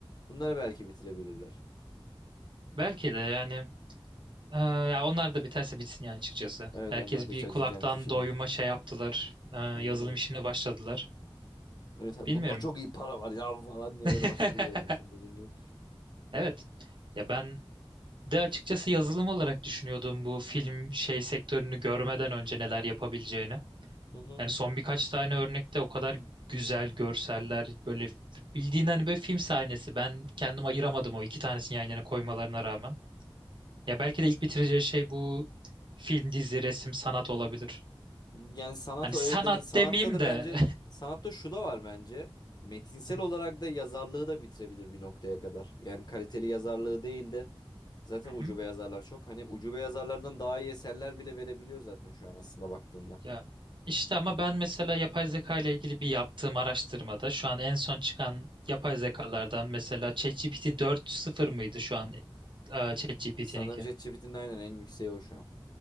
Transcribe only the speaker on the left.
Bunları belki bitirebilirler.
Evet
onlar da
hiç acıyacağım
kişi
değil.
Aynen öyle.
Evet, ha,
bununla çok iyi para var ya falan diye
böyle başladı bir yerden sonra dediğin gibi.
Hı hı.
Yani sanat
o
evet yani sanatta
da
bence sanatta şu da var bence. Metinsel
olarak da yazarlığı da bitirebilir bir noktaya kadar. Yani kaliteli yazarlığı değil de zaten
ucube
yazarlar çok. Hani ucube yazarlardan daha iyi eserler bile verebiliyor zaten şu an aslında baktığında.
Sanırım ChatGPT'nin aynen en yükseği o şu an.